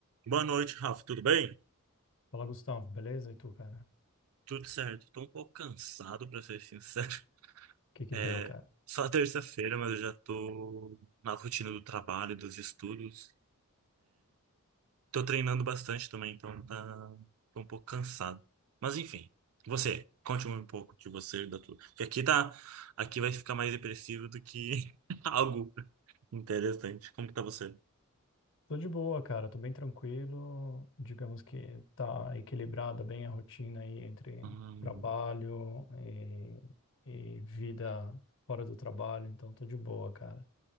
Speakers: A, on the right; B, on the left.
A: Boa noite, Rafa. Tudo bem?
B: Fala, Gustavo, beleza? E tu, cara? O
A: Tudo certo. Tô um pouco cansado, pra ser sincero. <laughs>
B: que que
A: É
B: deu, cara?
A: só terça-feira, mas eu já tô na rotina do trabalho, dos estudos. Tô treinando bastante também, então tá tô um pouco cansado. Mas enfim, você, conte um pouco de você, da tua. Porque aqui tá, aqui vai ficar mais depressivo do que <laughs> algo interessante. Como que tá você?
B: Tô de boa, cara. Tô bem tranquilo. Digamos que tá equilibrada bem a rotina aí entre
A: Hum.
B: trabalho e, e vida fora do trabalho, então tô de boa, cara.